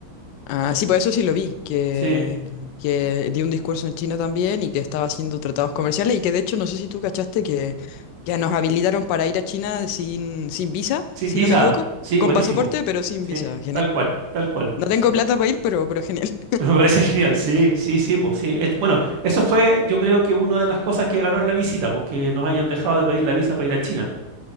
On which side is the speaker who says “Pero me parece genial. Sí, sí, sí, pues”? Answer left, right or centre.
Right